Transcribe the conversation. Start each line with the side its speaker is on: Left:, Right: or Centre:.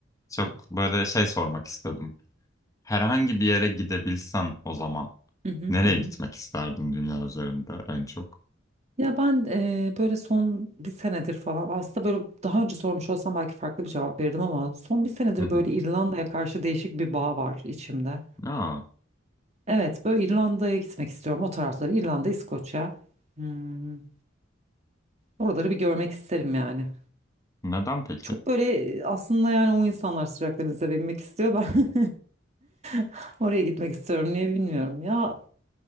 Left: çok
Right: hı hı.
Left: böyle şey sormak istedim. Herhangi bir yere gidebilsen o zaman
Right: Hı hı
Left: nereye
Right: hı.
Left: gitmek isterdin dünya üzerinde en çok?
Right: Ya ben eee, böyle son bir senedir falan aslında böyle daha önce sormuş olsam belki farklı bir cevap verirdim ama son bir senedir
Left: Hı hı.
Right: böyle İrlanda'ya karşı değişik bir bağ var içimde.
Left: Aa,
Right: Evet böyle İrlanda'ya gitmek istiyorum o tarafları İrlanda, İskoçya. Hmm, Oraları bir görmek isterim yani.
Left: neden peki?
Right: Çok böyle aslında yani o insanlar sıcak denizlere inmek istiyor ben <laughs> oraya gitmek istiyorum niye bilmiyorum. Ya